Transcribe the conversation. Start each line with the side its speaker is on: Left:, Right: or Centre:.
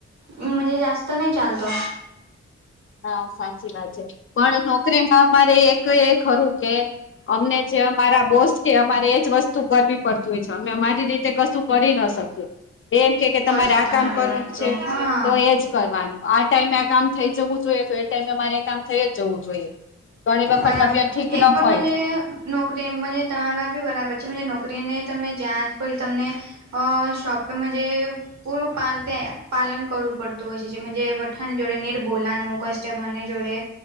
Right: હમ, જ જાસ્ત નહી ચાલતો.
Left: હા, સાચી વાત છે. પણ નોકરીમાં મારે એક એ ખરું કે અમને જે અમારા બોસ કે, અમારે એજ વસ્તુ કરવી પડતી હોય છે, અમે અમારી રીતે કશું કરી ના શકીએ, એમ કે તમારે
Right: છે
Left: આ
Right: તમારી
Left: કામ કરવાનું
Right: વાત તો
Left: છે
Right: હા
Left: તો એજ. કરવાનું આ ટાઈમે આ કામ થઈ જવું જોઈએ, તો એ ટાઈમે મામારે કામ થઈ જ જવું જોઈએ. ઘણી વખત
Right: બરાબર
Left: તબિયત ઠીક
Right: એક
Left: ન
Right: પણ
Left: હોય.
Right: મજે નોકરી મ તમારી વાત બી બરાબર છે, નોકરીને તમે જ્યાં જ પી તમને અ શોપિગ મા જે પૂરું પા પાલન કરવું પડતું હોય છે, જેમ જે વઠાણ જોડે નીર બોલાવાનું કષ્ટ જમને જોડે